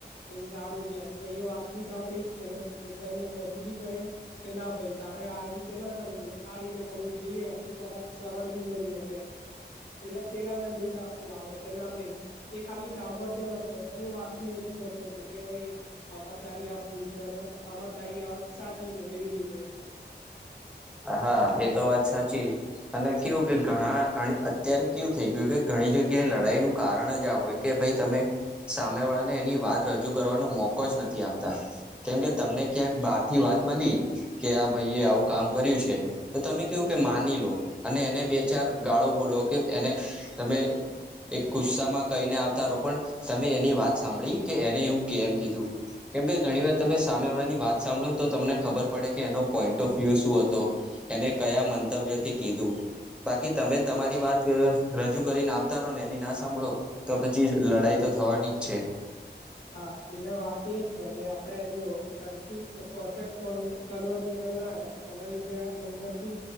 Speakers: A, on the left; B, in the centre.
A: ભઈ સારું છે. ભઈ એ વાત બી સાંભળી, એનો પોતાનો રજૂ બી કર્યો કે ના ભાઈ તારે આ રીતે ના કરવું જોઈએ, આ રીતે કરવું જોઈએ તો કદાચ સરળ બી બની હકે. એટલે પેલા ને બીજા લાગે, કે ના ભઈ એ ખાલી સાંભળતો નતો, એની વાત બી રજૂ કર તો તો, કે ભઈ આમાં તારી આ ભૂલ છે હવે, આમાં તારી વાત સાચી છે, એવી રીતે.
B: હા. એ તો વાત સાચી. અને કેવું કે ઘણા અન અને અત્યારે કેવું થઇ ગયું, કે ઘણી જગ્યા એ લડાઈ નું કારણ જ આ હોય કે ભઈ તમે સામે વાળાને એની વાત રજૂ કરવાનો મોકો જ નથી આપતા. કેમકે તમને ક્યાંક બહાર થી વાત મલી, કે આ ભાઈ એ આવું કામ કર્યું છે, તો તમે કેવું કે માની લો અને એને બે ચાર ગાળો બોલો, કે એને તમે એક ગુસ્સામાં કહીને આવતા રહો પણ તમે એની વાત સાંભળી, કે એને એવું કેમ કીધું? કેમ કે ઘણી વાર તમે સામેવાળાની વાત સાંભળો તો તમને ખબર પડે, કે એનો પોઈન્ટ ઓફ વ્યુ શું હત તો? એને કયાં મંતવ્ય થી કીધું? બાકી તમે તમારી વાત રજૂ કરીને આવતા રહો, ને એની ના સાંભળો તો પછી લડાઈ તો થવાની જ છે.
A: હા એટલે વાત એજ છે, કે આપડે જો સરખી પરફેક્ટ કન કન્વર્જેસન ના થાય એના લીધે અંદર થી